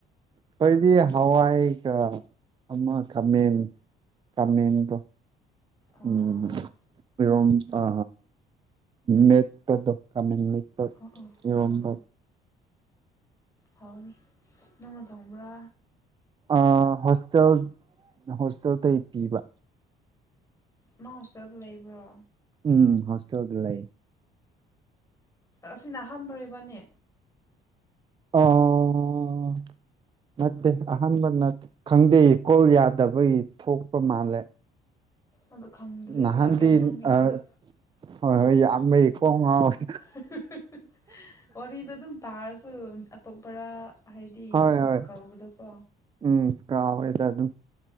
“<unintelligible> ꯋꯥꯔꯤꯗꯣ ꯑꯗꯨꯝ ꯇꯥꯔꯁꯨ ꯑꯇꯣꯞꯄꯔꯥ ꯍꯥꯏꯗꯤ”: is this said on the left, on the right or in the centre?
Left